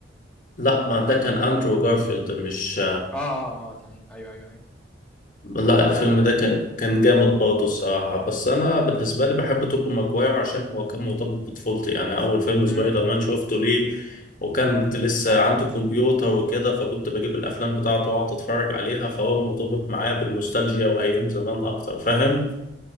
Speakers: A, on the left (about 45°); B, in the centre.
A: لا ما ده كان أندرو جارفيلد مش
B: اه اه اه صحيح ايوه ايوه ايوه
A: لا
B: مظبوط
A: الفيلم
B: اه
A: ده كان كان جامد برضه الصراحة بس أنا بالنسبة لي بحب توب ماجواير عشان هو كان مرتبط بطفولتي يعني أول فيلم
B: امم
A: سبايدر مان شفته ليه وكانت لسه
B: ايوه
A: عندي كمبيوتر وكده فكنت بجيب الأفلام بتاعته وأقعد أتفرج عليها فهو مرتبط معايا بالنوستالجيا وأيام زمان أكتر فاهم؟